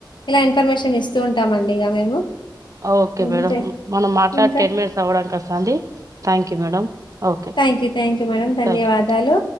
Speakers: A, on the left (about 70°); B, on the right (about 45°).
A: ఇలా ఇన్ఫర్మేషన్ ఇస్ స్తు ఉంటామండి ఇగ మేము
B: ఓకే
A: అంతే
B: మేడం మనం మాట్లాడి
A: ఇంకా
B: టెన్ మినిట్స్ అవ్వడాని కస్తాంది thank you madam okay
A: thank you thank you madam ధన్యవాదాలు
B: thank you